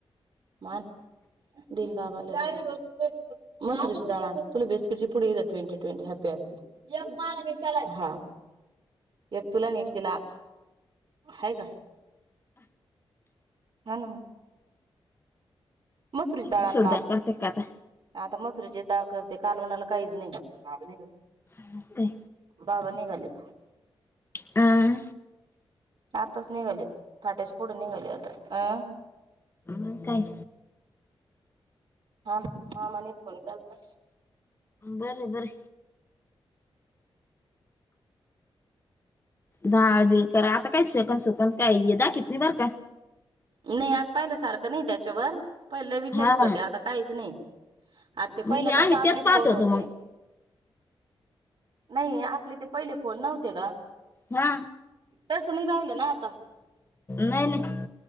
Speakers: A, on the right; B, on the left.
A: म आण. दिन बावाले. <inaudible> मसऱ्याची डाळ आन तुला बिस्कीटचे पुढे ट्वेंटी-ट्वेंटी हॅपी हॅपी. एक तला त्याला हा एकग तुला न तिला आहे का. हा ना. मसरुज दळ
B: मसूर
A: आन लाल.
B: डाळ करते का आता
A: आता मसरीची डाळ करते कालवनाला काहीच नाही.
B: हा दे.
A: बाबा निघालेथ.
B: अ
A: आताच निघाली फाट्याचे पुढून निघाली आता अं.
B: मग काय.
A: हा मामांनी फोन केलता.
B: बर बर. दहा दिळ करा आता काही सेकन सुकण काही दाखित नाही बर का.
A: नाही आता पाहिलं सारखं नाही त्याच्यावर पहिलं विचारित
B: हा
A: होते आता काहीच नाही. आ ते
B: मी
A: पहिलं
B: आम्ही
A: कस आपले
B: तेच पाहत
A: फोन
B: होतो
A: होते.
B: मग
A: नाही आपले ते पहिले फोन नव्हते का?
B: हा
A: तसं नाही राहिलं ना आता
B: नाही नाही.